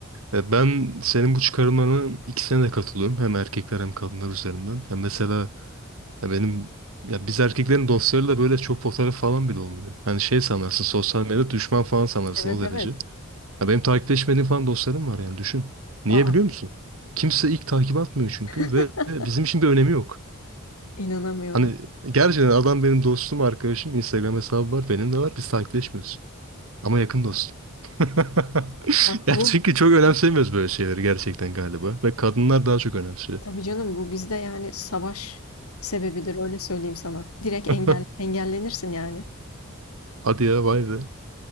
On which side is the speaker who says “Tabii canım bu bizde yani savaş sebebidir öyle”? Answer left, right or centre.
Left